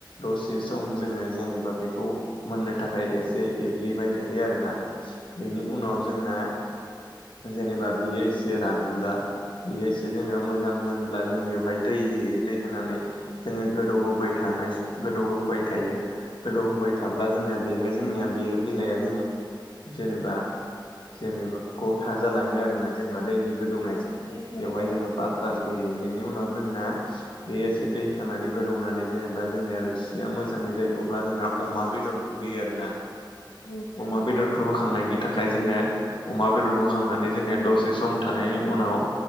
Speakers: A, on the left; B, on the left.
A: दसे सम जोङो जेनेबा बेखौ मोननो थाखाय एसे एग्लिबाय थायो आरोना। बेनि उनाव जोंना जेनेबा बियो एसे रानब्ला बेयो एसे जेनेबा मोजां मोनब्ला जों बेवहाय दै होयो दै होनानै जोंङो गोदौ होबाय थानाय गोदौ होबाय थायो। गोदौ होबाय थाब्ला जोंनिया बेहाय जोंनिया बेयो बिलाइआ जोंनिया जेनेबा जेनेबा गथा जालांङो आरो ना जेनेबा दैनि गोदौनायजों
B: औ सैथो
A: बेवहाय
B: नोंथां
A: जोंङो पाक्रास बोयो बेनि उनाव जोंना बे एसे दै खानानै गोदौनानै जेनेबा जोंनिया आरो सिया मोजाङै जायो अब्ला जोंहा अमा बेदर खौ होयो आरोना
B: औ थारैनो
A: अमा बेदरखौ होखांनायनि थाखाय जोंनो अमा बेदरखौ खांनानै जोंनिया दसे सम थानायनि उनाव